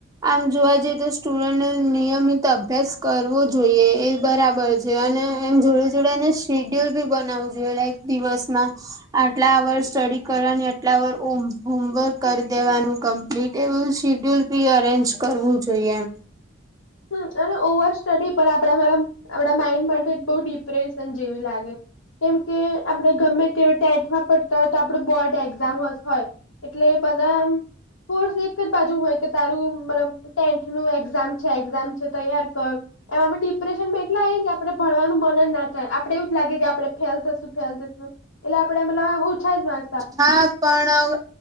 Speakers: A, on the right; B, on the left.
A: આમ જોવા જઈએ તો સ્ટુડન્ટને નિયમિત અભ્યાસ કરવો જોઈએ એ બરાબર છે, અને એમ જોડે જોડે એને શેડ્યુલ બી બનાવવું જોઈએ લાઈક દિવસમાં આટલા વર્ષ સ્ટડી કરવાની આટલા વાર ઓમ હોમવર્ક કરી દેવાનું કમ્પ્લીટ એમ શીડ્યુલ બી અરેન્જ કરવું જોઈએ એમ
B: હ અને ઓવર સ્ટડી પણ આપડા <unintelligible> આપડા માઇ માટે બો ડિપ્રેશન જેવી લાગે કેમ કે આપડ ગમે તેવ ટેટમાં પડતા હોય તો આપડુ બોર્ડ એક્ઝામ હોસ હોય એટલે બધા એમ કોર્સ એક જ બાજુ હોય કે તારું મતલબ ટેનથ નુ એક્ઝામ છે, એક્ઝામ છે, તૈયાર ક એમ આપે ડિપ્રેશનમાં એટલાય કે આપણે ભણવાનું મન જ ના થાય આપડે એવું જ લાગે કે આપડણે ફેલ થશું ફેલ થશું એટલે આપડે મટલબ ઓછા જ મા
A: હા પણ